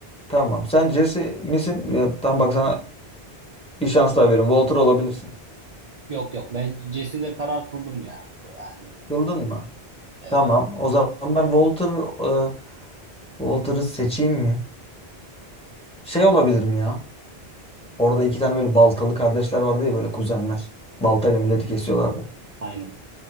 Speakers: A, in the centre; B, on the right (about 40°).
A: Tamam. Sen Jesse misin? Ya, tam bak sana bir şans daha veriyorum. Walter olabilirsin.
B: Yok yok ben Jesse'de karar kıldım ya. Yani
A: Kıldın mı?
B: evet
A: Tamam. O zaman ben Walter e, Walter'ı seçeyim mi? Şey olabilir mi ya? Orada iki tane böyle baltalı kardeşler vardı ya böyle kuzenler. Baltayla milleti kesiyorlardı.
B: aynen.